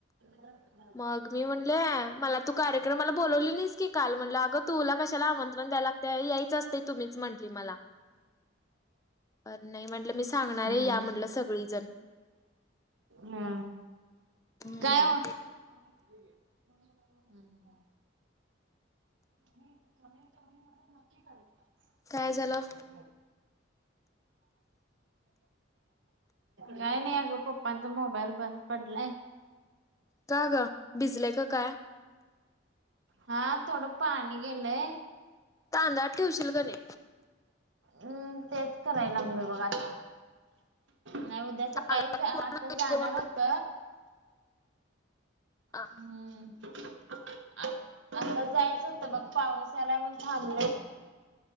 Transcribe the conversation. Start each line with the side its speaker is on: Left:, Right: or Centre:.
Right: ह ह. <unintelligible>
Left: मग मी म्हणले मला तू कार्यक्रम मला बलावली नाहीस की काल म्हटलं अगं तुला कशाला आमंत्र द्याला ला तर यायच असते तुम्हीच म्हटली मला. तर नाही म्हटलं मी सांगणार
Right: हम्म.
Left: आहे या म्हटलं सगळीजण
Right: हम
Left: हम्म.
Right: काय ओ! <unintelligible> हम्म हम्. <unintelligible>
Left: काय झालं.
Right: <unintelligible> काय नाही अगं पप्पांचा मोबाईल बंद पडलाय.
Left: का ग भिजलंय का काय?
Right: हा थोडं पाणी गेलंय.
Left: तांदळ ठेवशील क नाही.
Right: हम्म तेच करायला पुढ बघ आता नाही उद्या सकाळी
Left: तांदळात पूर्ण
Right: आता
Left: हे
Right: जाणार
Left: करून
Right: होत.
Left: ह.
Right: हम्म. आता जायचं होतं बघ पाऊस यालाय मण थांबलंय.